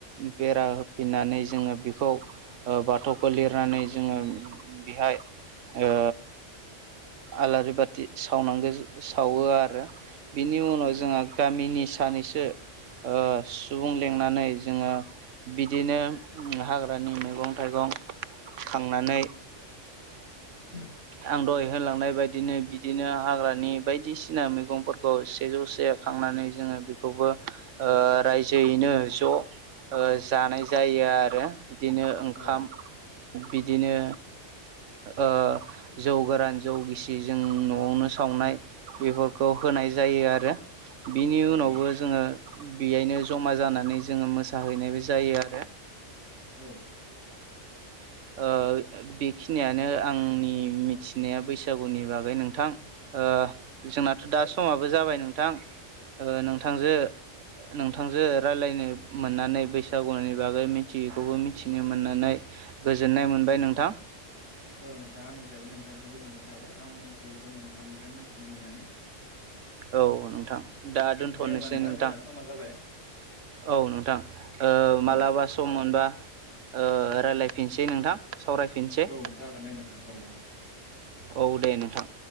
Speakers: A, on the right; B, on the left.
A: बेरा हो फिननानै जोङो बिखौ ओ बाथौखौ लिरनानै जोङो बिहाय ओ आलारि बाथि सावनांगो सावो आरो। बिनि उनाव
B: औ
A: जोंहा गामिनि सानैसो ओ सुबुं लेंनानै जोङो बिदिनो उम हाग्रानि मैगं-थाइ थाइगं खांनानै
B: <inaudible>
A: आं दहय होनलांनाय बायदिनो बिदिनो हाग्रानि बायदिसिना मैगंफोरखौ सेजौसे खांनानै नै जोङो बेखौबो ओ रायजोयैनो ज' ओ जानाय जायो आरो। बिदिनो ओंखाम
B: औ
A: बिदिनो ओ जौ गोरान जौ गिसि जों न'आवनो सावनाय बेफोरखौ होनाय जायो आरो बिनि
B: औ नोंथां औ
A: उनावबो
B: नोंथां
A: जोङो बियायनो जमा जानानै जोङो मोसाहैनायबो जायो आरो।
B: औ
A: ओ बेखिनियानो आंनि मिथिनाया बैसागुनि बागै नोंथां। ओ जोंनाथ' दा समाबो जाबाय नोंथां ओ नोंथांजो नोंथांजो रायलायनो मोननानै बैसागुनि बागै मिथियैखौबो मिथिनो मोननानै गोजोननाय मोनबाय नोंथां।
B: औ नोंथां आंनिफ्रायबो नोंथांसिम गोजोननानै थाबाय आं मिथियैखौ नोंथांनिफ्राय मोन्थिनो मोन्नानै।
A: औ नोंथां दा दोनथ'नोसै
B: दे होमबा
A: नोंथां।
B: जोंना समा जाबाय
A: औ नोंथां ओ मालाबा
B: औ
A: सम मोनबा ओ रायलायफिनसै नोंथां। सावरायफिनसै
B: औ जागोन दे नोंथां औ औ
A: औ दे नोंथां